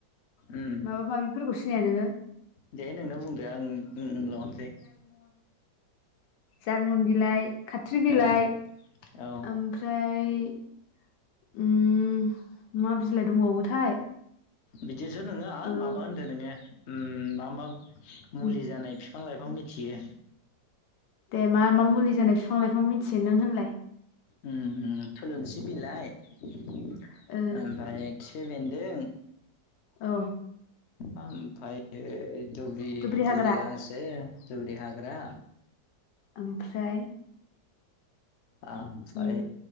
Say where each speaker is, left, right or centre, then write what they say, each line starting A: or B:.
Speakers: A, on the left (about 60°); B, on the left (about 85°).
A: उम
B: माबा माबिफोरखौ सिनाया नोङो?
A: दे नोंनो बुंदो आं लनोसै
B: जारमन बिलाइ खाथ्रि बिलाइ
A: औ औ
B: ओमफ्राय फ्राय ओम मा बिलाइ दंबावोथाय
A: बिदिसो नोङा
B: ओ
A: माबा होनदों नोङो ओम मा मा मुलि
B: उम
A: जानाय फि बिफां लाइफां मिथियो।
B: दे मा मा मुलि जानाय बिफां लाइफां मिथियो नों होनलाय?
A: ओम थुलुंसि बिलाइ ओमफ्राय
B: ओ
A: खिफि बेन्दों
B: औ
A: ओमफ्राय दुब्लि
B: दुब्रि हाग्रा
A: दुबलि गांसो दुब्रि हाग्रा
B: ओमफ्राय
A: ओमफ्राय
B: उम